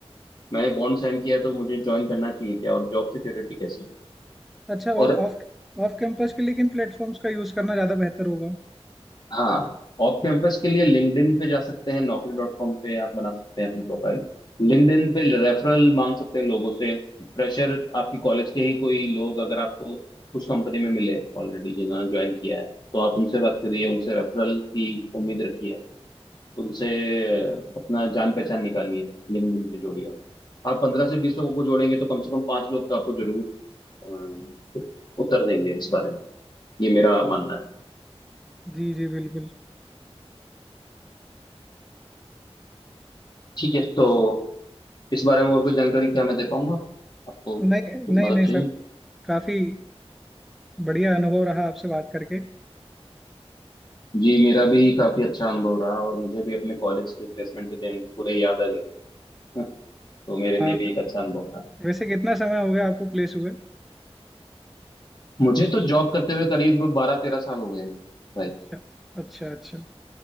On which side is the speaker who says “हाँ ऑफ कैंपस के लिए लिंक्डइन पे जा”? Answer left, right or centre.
Left